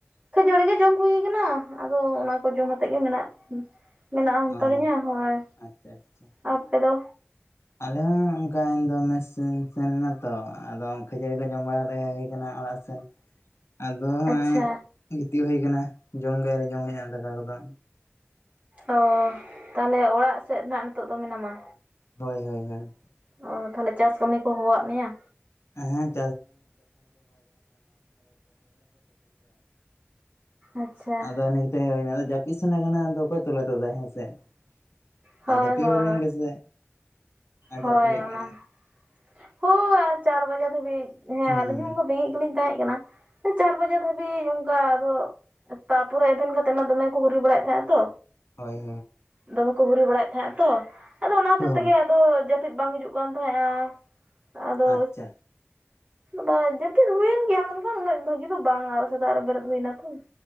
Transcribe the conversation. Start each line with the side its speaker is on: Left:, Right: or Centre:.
Right: ᱠᱷᱟᱡᱮᱨᱤ ᱜᱮ ᱡᱚᱢ ᱦᱩᱭ ᱠᱟᱱᱟ᱾ ᱟᱫᱚ ᱚᱱᱟ ᱠᱚ ᱡᱚᱢ ᱢᱟᱛᱮᱫ ᱜᱮ ᱢᱮᱱᱟᱜ ᱢᱮᱱᱟᱜ ᱦᱟᱛᱟᱲᱤᱧᱟ
Left: ᱚ ᱚ
Right: ᱦᱳᱭ᱾
Left: ᱟᱪᱪᱷᱟ ᱟᱪᱪᱷᱟ
Right: ᱟᱯᱮᱫᱚ?
Left: ᱟᱞᱮ ᱦᱚᱸ ᱚᱱᱠᱟ ᱤᱧᱫᱚ ᱢᱮᱥ ᱤᱧ ᱥᱮᱱᱞᱮᱱᱟ ᱛᱚ ᱟᱫᱚ ᱠᱷᱟᱹᱡᱟᱹᱲᱤ ᱠᱚ ᱡᱚᱢ ᱵᱟᱲᱟ ᱠᱟᱛᱮ ᱠᱟᱱᱟ ᱚᱲᱟᱜ ᱥᱮᱱ ᱟᱫᱚ ᱦᱚᱜ-ᱚᱭ
Right: ᱟᱪᱪᱷᱟ
Left: ᱜᱤᱛᱤᱡ ᱦᱩᱭ ᱟᱠᱟᱱᱟ ᱡᱚᱢ ᱜᱮ ᱟᱭᱨᱤ ᱡᱚᱢ ᱦᱩᱭᱩᱜ ᱟ ᱫᱟᱠᱟ ᱠᱚᱫᱚ᱾
Right: ᱚ ᱛᱟᱦᱚᱞᱮ ᱚᱲᱟᱜ ᱥᱮᱫ ᱨᱮᱦᱟᱜ ᱱᱤᱛᱚᱜ ᱫᱚ ᱢᱮᱱᱟᱢᱟ?
Left: ᱦᱳᱭ ᱦᱳᱭ ᱦᱳᱭ,
Right: ᱚ ᱛᱟᱦᱚᱞᱮ ᱪᱟᱥ ᱠᱟᱹᱢᱤ ᱠᱚ ᱦᱚᱦᱚᱣᱟᱜ ᱢᱮᱭᱟ᱾
Left: <inaudible>
Right: ᱟᱪᱪᱷᱟ
Left: ᱟᱫᱚ ᱤᱱᱟᱹ ᱠᱟᱛᱮᱫ ᱦᱮᱡ ᱦᱳᱭᱱᱟ ᱟᱫᱚ ᱡᱟᱹᱯᱤᱫ ᱥᱟᱱᱟ ᱠᱟᱱᱟ ᱟᱫᱚ ᱚᱠᱚᱭ ᱛᱚᱞᱟ ᱛᱳᱫᱟᱭ ᱦᱮᱸᱥᱮ ᱾
Right: ᱦᱳᱭ
Left: ᱟ ᱡᱟᱹᱯᱤᱫ
Right: ᱦᱳᱭ
Left: ᱦᱩᱭ ᱞᱮᱱ ᱜᱮᱥᱮ᱾ ᱟᱨ
Right: ᱦᱳᱭ
Left: ᱡᱟᱹᱯᱤᱫ ᱦᱩᱭᱩᱜ
Right: ᱚᱱᱟ,
Left: ᱠᱟᱱᱟ
Right: ᱦᱳᱭ ᱟᱨ ᱪᱟᱨ ᱵᱟᱡᱟ ᱫᱷᱟᱹᱵᱤᱡ ᱦᱮᱸ
Left: ᱦᱩᱸ
Right: ᱟᱞᱤᱧ ᱦᱚᱸ ᱚᱱᱠᱟ ᱵᱮᱸᱜᱮᱡ ᱜᱮᱞᱤᱧ ᱛᱟᱦᱮᱸ ᱠᱟᱱᱟ ᱪᱟᱨ ᱵᱟᱡᱟ ᱫᱷᱟᱹᱵᱤᱡ ᱚᱱᱠᱟ ᱟᱫᱚ ᱛᱟᱨᱯᱚᱨᱮ ᱮᱵᱷᱮᱱ ᱠᱟᱛᱮᱜ ᱢᱟ ᱫᱚᱢᱮ ᱠᱚ <inaudible> ᱵᱟᱲᱟᱭᱮᱫ ᱛᱟᱦᱮ ᱟ ᱛᱚ,
Left: ᱦᱳᱭ ᱦᱳᱭ
Right: ᱫᱚᱢᱮ ᱠᱚ ᱦᱩᱨᱤ ᱵᱟᱲᱟᱭᱮᱫ ᱛᱟᱦᱮᱸᱜᱼᱟ ᱛᱚ ᱟᱫᱚ ᱚᱱᱟ ᱦᱚᱛᱮᱜ
Left: ᱦᱚᱸ
Right: ᱛᱮᱜᱮ ᱟᱫᱚ ᱡᱟᱹᱯᱤᱫ ᱵᱟᱝ ᱦᱤᱡᱩᱜ ᱠᱟᱱ ᱛᱟᱦᱮᱸᱼᱟ, ᱟᱫᱚ
Left: ᱟᱪᱪᱷᱟ
Right: ᱵᱟ ᱡᱟᱹᱯᱤᱫ ᱦᱩᱭᱮᱱ ᱜᱮᱭᱟ ᱢᱮᱱᱠᱷᱟᱱ ᱩᱱᱟᱹᱜ ᱵᱷᱟᱹᱜᱤ ᱫᱚ ᱵᱟᱝ ᱟᱨ ᱥᱮᱛᱟᱜ ᱨᱮ ᱵᱮᱨᱮᱫ ᱦᱩᱭᱱᱟ ᱛᱚ᱾